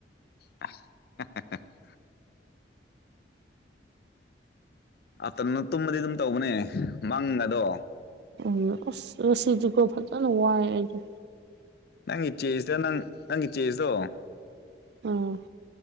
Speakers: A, on the left (about 60°); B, on the right (about 60°).
A: ꯑꯁ <unintelligible> ꯑꯥꯇꯝꯅ ꯇꯨꯝꯃꯗꯤ ꯑꯗꯨꯝ ꯇꯧꯕꯅꯦ ꯃꯪꯒꯗꯣ
B: ꯎꯝ ꯑꯁ ꯉꯁꯤꯗꯤꯀꯣ ꯐꯖꯅ ꯋꯥꯔꯦ ꯑꯩꯗꯤ
A: ꯅꯪꯒꯤ ꯆꯦꯖꯇ ꯅꯪ ꯅꯪꯒꯤ ꯆꯦꯖꯇꯣ
B: ꯎꯝ